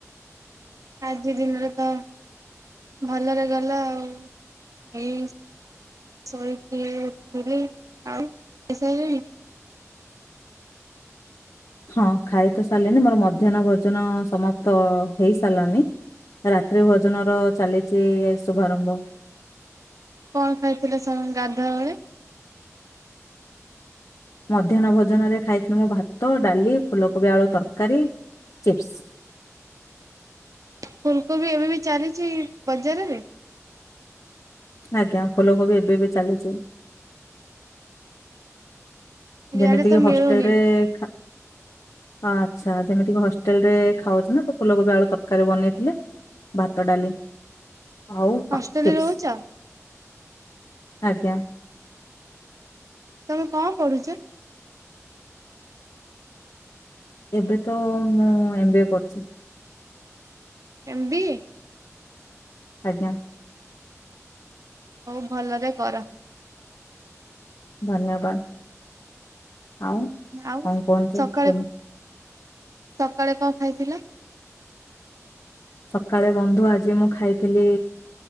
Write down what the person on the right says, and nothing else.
ଆଜି ଦିନରେ ତ ଭଲରେ ଗଲା ଆଉ ଏଇ ଶୋଇକି ଉଠିଲି। ଆଉ ଖାଇ ସାରିଲେଣି?
କଣ ଖାଇଥିଲେ ସ ଗାଧୁଆ ବଳେ?
ଫୁଲକୋବି ଏବେ ବି ଚାଲିଛି ବଜାରରେ?
ଇଆଡେ
ତ
ମିଳୁନି।
ହଷ୍ଟେଲରେ
ରହୁଛ?
ତମେ କଣ ପଢୁଛ?
ଏମ ବି ଏ?
ହଉ ଭଲରେ କର।
ଆଉ
ସକାଳେ
ସକାଳେ କଣ ଖାଇଥିଲ?